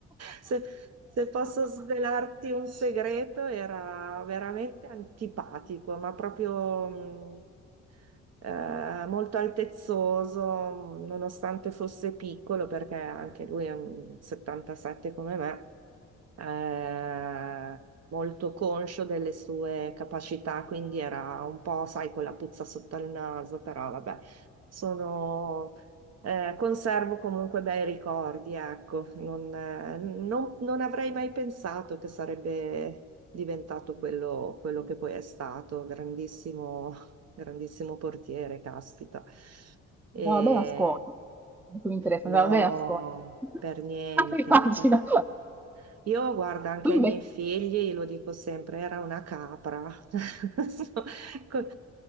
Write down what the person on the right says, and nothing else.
Se, se posso svelarti un segreto, era veramente antipatico, ma proprio... mh, eh, molto altezzoso, nonostante fosse piccolo, perché anche lui è un 77 come me, eh, molto conscio delle sue capacità, quindi era un po', sai, con la puzza sotto il naso, però vabbè, sono, eh, conservo comunque bei ricordi, ecco, non, eh, non- non avrei mai pensato che sarebbe diventato quello, quello che poi è stato, grandissimo, grandissimo portiere, caspita. E...
No,
per niente.
per- io guardo anche
ai miei figli, lo dico sempre, era una capra. <laughs> Co-